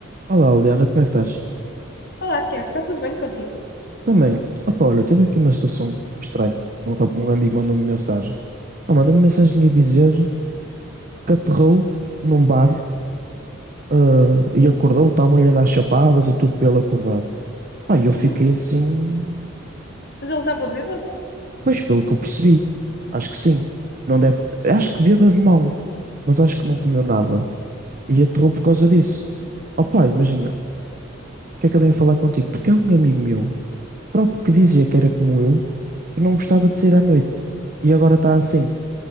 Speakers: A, on the right (about 45°); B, on the left (about 55°).
A: Olá, Liliana, como é que estás?
B: Olá, Tiago, está tudo bem contigo?
A: Também, opa, olha, teve aqui uma situação estranha. Um, rap- um amigo mandou-me mensagem. Ah, mandou-me mensagem a dizer que aterrou num bar, ah, e acordou, estavam-lhe a dar chapadas e tudo para ele acordar. Pá, e eu fiquei
B: Não?
A: assim,
B: Mas ele estava bêbado?
A: pois pelo que eu percebi, acho que sim. Não deve, acho que bêbado não, mas acho que não comeu nada. E aterrou por causa disso. Opa, imagina, o que é que eu venho falar contigo? Porque é um amigo meu próprio que dizia que era como eu, que não gostava de sair à noite. E agora está assim.